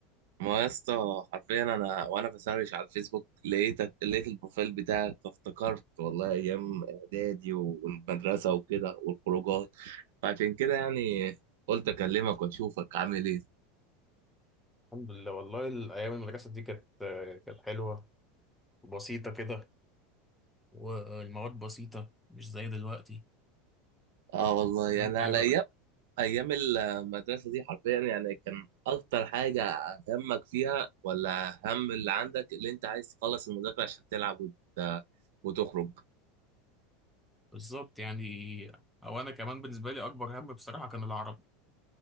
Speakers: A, on the right; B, in the centre.
A: ما يا اسطى حرفيا انا وانا بسرش على الفيسبوك لقيتك لقيت البروفايل بتاعك فافتكرت والله ايام اعدادي والمدرسه وكده والخروجات فعشان كده يعني قلت اكلمك واشوفك عامل ايه
B: الحمد لله والله الأيام المدرسة دي كانت كانت حلوة وبسيطة كده والمواد بسيطة مش زي دلوقتي
A: اه والله
B: ولا
A: يعني
B: أنت
A: على
B: إيه رأيك؟
A: ايام ايام المدرسه دي حرفيا يعني كان اكتر حاجه همك فيها ولا هم اللي عندك اللي انت عايز تخلص المذاكره عشان تلعب وت... وتخرج
B: بالظبط يعني أو أنا كمان بالنسبة لي أكبر هم بصراحة كان العربي